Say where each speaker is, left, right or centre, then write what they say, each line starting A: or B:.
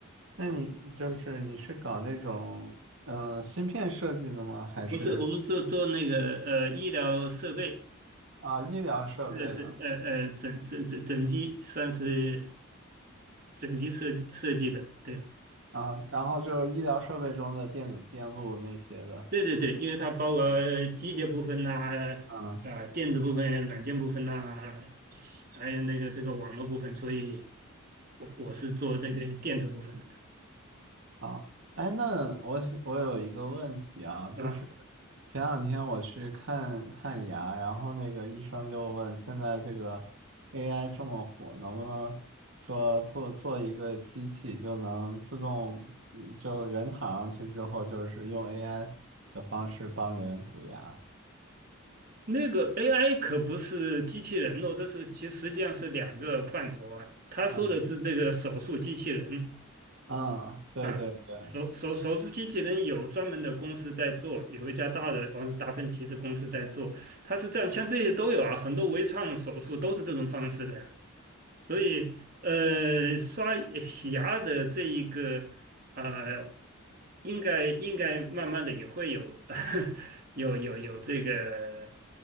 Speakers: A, on the right; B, on the right.
A: 那你就是你是搞那种嗯、呃芯片设计的吗？还是
B: 不是，我们是做那个呃医疗设备，
A: 啊医疗设备的？
B: 呃整呃呃整整整整机，算是整机设计设计的。对，
A: 啊，然后就是医疗设备中的电子电路那些的。
B: 对对对，因为它包括呃机械部分呐、
A: 啊
B: 啊，电子部分、软件部分呐、还有那个这个网络部分，所以我我是做那个电子部分的
A: 啊，哎，那我想我有一个问题啊，就是
B: 啊。
A: 前两天我去看看牙，然后那个医生就问，现在这个 AI 这么火，能不能说做做一个机器就能自动，嗯就人躺上去之后，就是用 AI 的方式帮人补牙？
B: 那个 AI 可不是机器人哦，这是其实实际上是两个范畴啊。他说的是这个手术机器人，
A: 嗯嗯，对对对。
B: 啊，手手手术机器人有专门的公司在做，有一家大的好像是达芬奇的公司在做，它是这样，像这些都有啊，很多微创手术都是这种方式的呀。所以，呃，刷呃洗牙的这一个，呃，应该应该慢慢的也会有 <laughs> 有有有这个